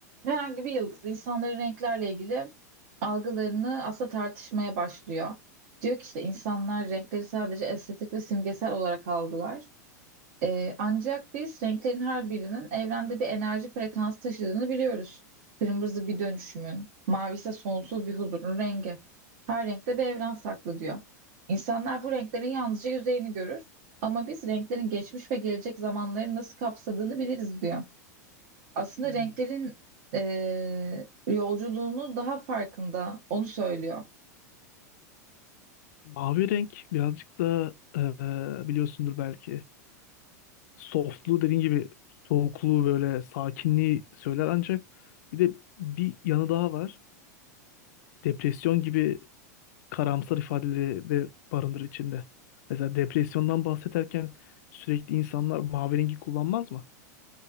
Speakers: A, on the right (about 60°); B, on the left (about 65°).
A: herhangi bir yıldız insanların renklerle ilgili algılarını aslında tartışmaya başlıyor. Diyor ki işte insanlar renkleri sadece estetik ve simgesel olarak algılar. Ee, ancak biz renklerin her birinin evrende bir enerji frekansı taşıdığını biliyoruz. Kırmızı bir dönüşümün, mavi ise sonsuz bir huzurun rengi. Her renkte bir evren saklı diyor. İnsanlar bu renklerin yalnızca yüzeyini görür ama biz renklerin geçmiş ve gelecek zamanları nasıl kapsadığını biliriz diyor. Aslında
B: Hmm.
A: renklerin eee, yolculuğunu daha farkında, onu söylüyor.
B: Mavi renk birazcık da e, biliyorsundur belki. Softluğu dediğin gibi soğukluğu böyle sakinliği söyler ancak bir de bir yanı daha var. Depresyon gibi karamsar ifadeleri de barındırır içinde. Mesela depresyondan bahsederken sürekli insanlar mavi rengi kullanmaz mı?